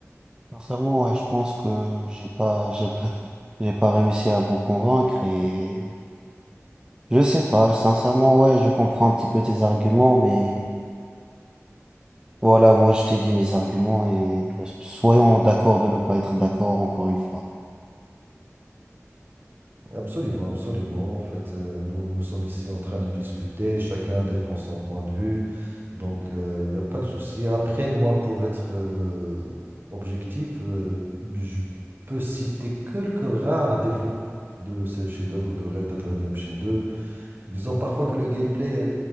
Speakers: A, on the right; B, on the right.
A: Sincèrement, ouais, je pense que j'ai pas, j'ai pas, <laughs> j'ai pas réussi à vous convaincre et je sais pas, sincèrement, ouais, je comprends un petit peu tes arguments, mais voilà, moi je t'ai dit mes arguments et soyons d'accord de ne pas être d'accord encore une fois.
B: Absolument, absolument. En fait, euh, nous, nous sommes ici en train de discuter, chacun défend son point de vue, donc euh, il n'y a pas de souci. Après, moi, pour être euh, objectif, euh, je peux citer quelques rares défauts de ce chef-d'œuvre de Red Dead Redemption 2. Disons parfois que le gameplay est,